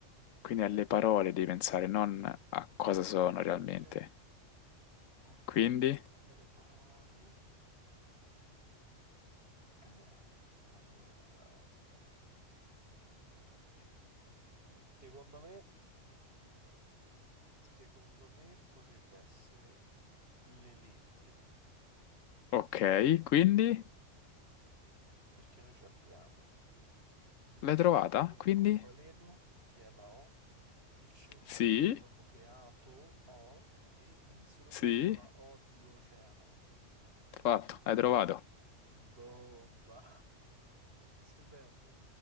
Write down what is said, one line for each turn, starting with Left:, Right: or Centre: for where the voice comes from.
Left: Quindi alle parole devi pensare, non a cosa sono realmente.
Right: Ok, ok.
Left: Quindi,
Right: Quindi alle parole. Eh, alle, alle parole. Secondo me, secondo me potrebbe essere le lettere,
Left: ok, quindi
Right: perché noi ci abbiamo la
Left: l'hai
Right: fine
Left: trovata?
Right: dell'arcobaleno,
Left: Quindi,
Right: che è la O, il centro
Left: sì,
Right: dell'atomo, che è ato, O, e inizio l'oceano
Left: sì,
Right: con la O di oceano.
Left: fatto, hai trovato.
Right: Bomba! <laughs> Stupendo.